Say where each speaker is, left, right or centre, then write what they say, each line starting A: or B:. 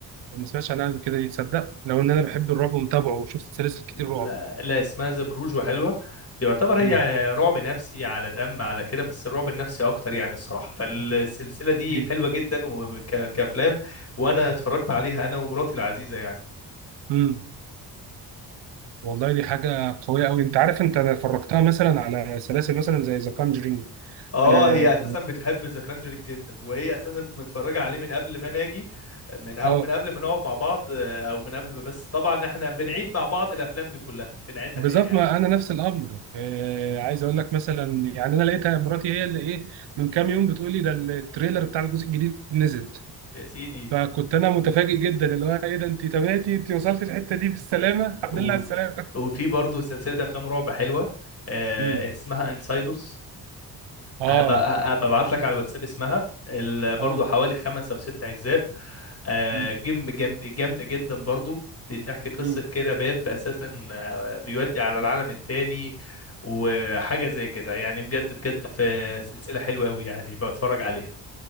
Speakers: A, on the right; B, on the left.
A: ما سمعتش عنها قبل كده يتصدق لو ان انا بحب الرعب ومتابعه وشفت سلاسل كتير
B: لا,
A: رعب
B: لا اسمها ذا بروج وحلوة يعتبر هي
A: مم.
B: رعب نفسي على دم على كده بس الرعب النفسي اكتر يعني الصراحة فالسلسلة دي
A: إيه.
B: حلوة جدا وكافلام وانا اتفرجت عليها انا ومراتي العزيزة يعني
A: مم. والله دي حاجة قوية أوي أنت عارف أنت أنا فرجتها مثلا على سلاسل مثلا زي ذا كونجرينج
B: اه
A: آه
B: هي اساسا بتحب ذا كانجرينج جدا وهي اساسا متفرجه عليه من قبل ما ناجي من او
A: آه.
B: من قبل ما نقعد مع بعض آه، او من قبل ما بس طبعا احنا بنعيد مع بعض الافلام دي كلها بنعيدها
A: بالظبط
B: تاني عادي
A: ما أنا نفس الأمر آه عايز أقول لك مثلا يعني أنا لقيتها مراتي هي اللي إيه من كام يوم بتقول لي ده التريلر بتاع الجزء الجديد نزل
B: يا سيدي
A: فكنت أنا متفاجئ جدا اللي هو إيه ده أنت تابعتي أنت وصلت الحتة دي بالسلامة الحمد
B: و...
A: لله على السلامة
B: وفي برضه سلسله افلام رعب حلوه آه،
A: مم.
B: اسمها انسايدوس
A: آه
B: هبقى ببعت لك على الواتساب اسمها ال- برضو
A: آه
B: حوالي خمس او ست اجزاء آه،
A: مم.
B: جيم جامد جامده جدا برضو بتحكي قصه
A: مم.
B: كده باب اساسا آه، بيودي على العالم التاني وحاجه زي كده يعني بجد بجد في سلسله حلوه قوي يعني بتفرج عليها